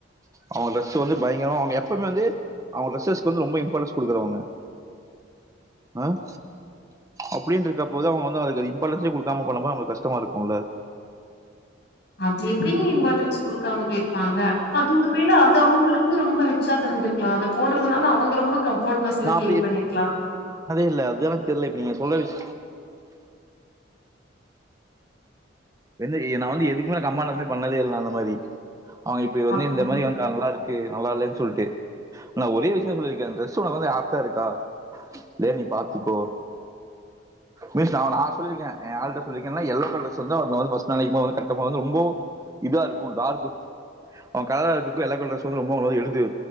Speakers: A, on the right; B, on the left.
A: அவங்க ட்ரஸ் வந்து பயங்கரம் அவங்க எப்பவுமே வந்து அவங்க டிரஸ்ஸஸ்க்கு வந்து ரொம்ப இம்பார்ட்டன்ஸ் கொடுக்குறவங்க ஆஹ் அப்படின்ற இருக்க போது அவங்க வந்து அதுக்கு இம்பாடன்ஸே கொடுக்காம பண்ணது அவங்ளுக்கு கஷ்டமா இருக்கு இல்ல
B: அது எப்படிங்க இம்பார்ட்டன்ஸ் குடுக்காம போயிரு வாங்க அது அது அவங்களுக்கு ரொம்ப ரிச்சா தெரிஞ்சிருக்கலா அத போடறதுனால அவங்க ரொம்ப கம்ஃபர்ட்னஸ்ல
A: நா
B: ஃபீல்
A: அப்படி
B: பண்ணிருக்கலா
A: <inaudible> இல்ல அது எனக்கு தெரில இப்ப நீங்க சொன்ன விஷ வெந்து நா வந்து எதுக்குமே எனக்கு அம்மா இல்லாத மாரி பண்ணதே இல்ல நா அந்த மாரி அவங்க இப்டி வந்து
B: அப்டி
A: இந்த மாரி வந்து நல்லாருக்கு நல்லாலனு சொல்ட்டு நா ஒரே விஷ்ய சொல்லிருக்க ட்ரெஸ் வந்து உனக்கு ஏப்டா இருக்கா சேரி நீ பாத்துக்கோ மிஸ் நா நா சொல்லிருக்க ஏ ஆல்ட்ட சொல்லிருக்க எல்லோ கலர் ரொ நா வந்து ஃபர்ஸ்ட் நாளைக்கும் போது வந்து கட்டம்போது வந்து ரொம்போ இதா இருக்கு டார்க்கு அவ கலரா இருக்கரக்கு எல்லோ கலர்சு வந்து ரொம்ப வந்து